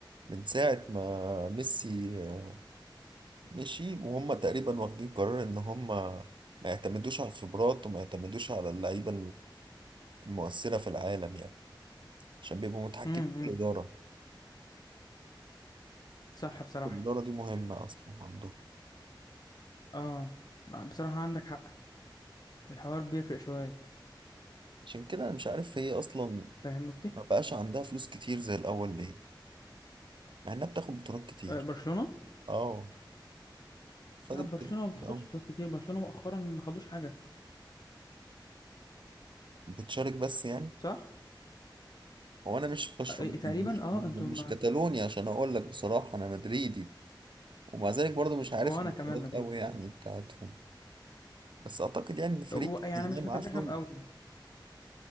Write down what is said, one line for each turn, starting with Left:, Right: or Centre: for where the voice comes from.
Right: من ساعة ما ميسي آه، مشي وهم تقريبا واخدين قرار إن هم ما يعتمدوش على الخبرات وما يعتمدوش على اللعيبة المؤثرة في العالم يعني عشان بيبقوا متحكمين
Left: امم
Right: في الإدارة
Left: صح بصراحه
Right: الإدارة دي مهمة أصلا عندهم
Left: اه بصراحه عندك حق الحوار بيفرق شويه
Right: عشان كده أنا مش عارف هي أصلا
Left: فاهم قصدي
Right: ما بقاش عندها فلوس كتير زي الأول ليه مع إنها بتاخد بطولات كتير
Left: آه، برشلونه
Right: أه خدت
Left: لا برشلونة
Right: بطولات
Left: ما بتاخدش
Right: كتير أوي
Left: بطولات كتير برشلونة مؤخرا ما خدوش حاجة
Right: بتشارك بس يعني
Left: صح؟
Right: هو انا مش برشلوني
Left: آه، تقريبا
Right: يعني مش
Left: اه انتوا
Right: مش
Left: ما
Right: كتالوني عشان اقول لك بصراحه انا مدريدي ومع ذلك برضه مش عارف
Left: وانا
Right: البطولات
Left: كمان مدريد
Right: قوي يعني بتاعتهم بس اعتقد يعني ان الفريق
Left: و- يعني
Right: ده
Left: انا مش
Right: معاه
Left: متابعهم
Right: فلوس
Left: قوي